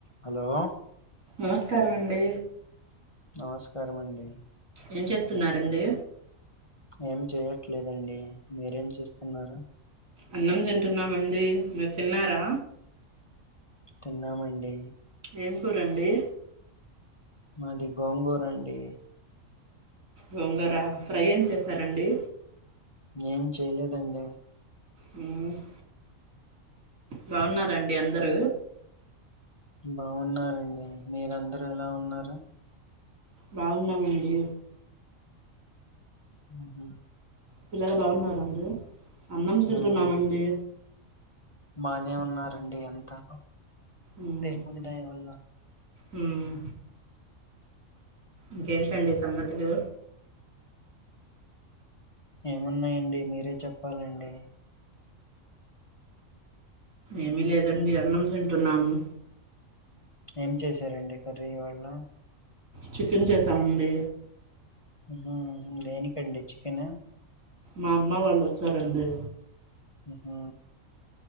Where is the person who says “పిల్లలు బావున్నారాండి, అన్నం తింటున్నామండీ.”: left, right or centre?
Right